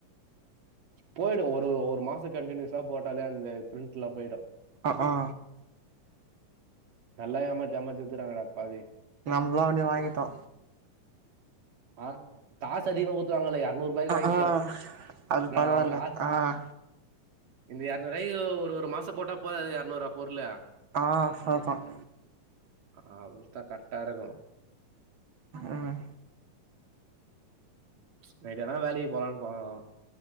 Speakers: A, on the right (about 70°); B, on the right (about 45°).
A: போயிடு ஒரு ஒரு மாசம் கண்டினியூஸா போட்டாலே அந்த பிரிண்ட்லா போயிடு
B: ஆ ஆ
A: நல்லா ஏமாத்தி ஏமாத்தி வித்துறாங்கட பாவி
B: நம்மளா அப்டியே வாங்கிட்டோ
A: ஆ காசு அதிகமா கொடுத்து வாங்கல இரநூறு ருபாய்க்கு
B: அ
A: வாங்கிக்கிறோ
B: ஆ அது
A: என்னடா
B: பரவால்ல
A: காச
B: ஆ
A: இந்த இரநூறு ரூபாய்க்கு ஒரு ஒரு மாசம் போட்டா போதாது அது இரநூறுவா பொருள
B: ஆ ஃபோதும்
A: ஆ அவ்ள தா கரெக்டா இருக்கும்
B: ம்
A: ம்ச் நைட்டனா வேலக்கு போகலாம்னு போகனு